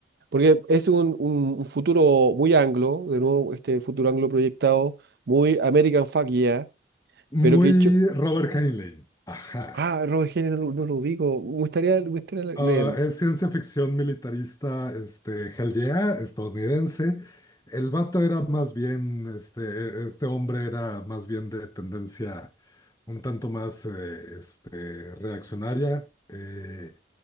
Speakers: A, on the right (about 60°); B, on the left (about 20°).
A: porque es un, un- un futuro muy anglo, de nuevo, este futuro anglo proyectado, muy American fuck yeah
B: Muy
A: pero que, cho-
B: Robert Heinlein. Ajá.
A: Ah, Robert Heinlein no, lo no lo ubico. Me gustaría, me gustaría le-
B: Ah,
A: leerlo.
B: es ciencia ficción militarista, este, hell yeah, estadounidense. El vato era más bien, este, este hombre era más bien de tendencia un tanto más eh, este, reaccionaria eh,